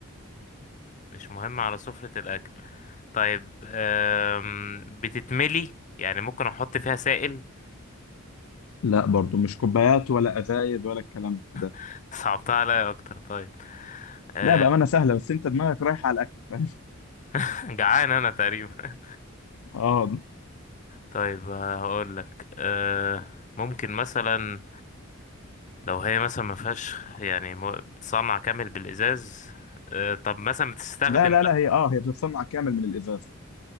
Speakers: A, on the left; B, on the left.
A: مش مهم على سفرة الأكل طيب أم، بتتملي يعني ممكن أحط فيها سائل
B: لا برضو مش كوبايات ولا ازايد ولا الكلام ده
A: <laughs> صعبتها عليا أكتر طيب أه،
B: لا بامانه سهله بس انت دماغك رايحه على الاكل فاهم؟
A: <laughs> جعان أنا تقريبا
B: اه
A: طيب هقول لك أه... ممكن مثلا لو هي مثلا ما فيهاش يعني م- بتصنع كامل بالإزاز أه، طب مثلا بتستخدم
B: لا لا لا هي اه هي بتتصنع كامل من الازاز